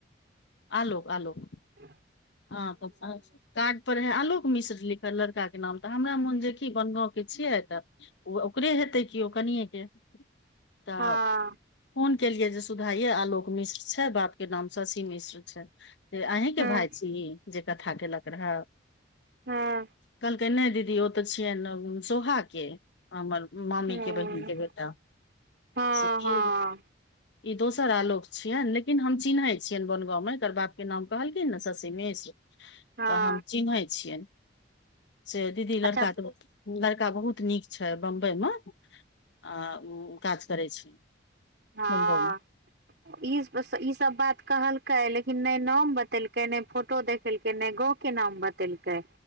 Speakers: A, on the left; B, on the right.
A: आलोक आलोक
B: ह <inaudible>
A: ह तऽ कार्ड पर है आलोक मिश्र लिखल लड़का के नाम तऽ हमरा मोन जे कि बनगाँव के छियै तऽ ओ ओकरे हेतै केओ कनिएके तऽ
B: हँ
A: फोन केलिये जे सुधाइये आलोक मिश्र छै बाप के नाम शशि मिश्र छै अहीं के
B: हँ
A: भाय छी जे कथा केलक रहऽ
B: हँ
A: तऽ के नहि दीदी ओ तऽ छियनि सोहा के हमर मामी
B: हँ
A: के बहिन के बेटा
B: हँ
A: से की
B: हँ
A: ई दोसर आलोक छियनि लेकिन हम चिन्है छियनि बनगाँव में एकर बाप के नाम कहलखिन ने शशी मिश्र
B: हँ
A: त हम चिन्है छियन से दीदी लड़का
B: अच्छा
A: तऽ लड़का बहुत नीक छै बम्बई मे आ काज करै छै
B: हँ
A: मुम्बई मे
B: ई ई सब बात कहलकै लेकिन नहि नाम बतेलकै नहि फोटो देखेलकै नहि गाँव के नाम बतेलकै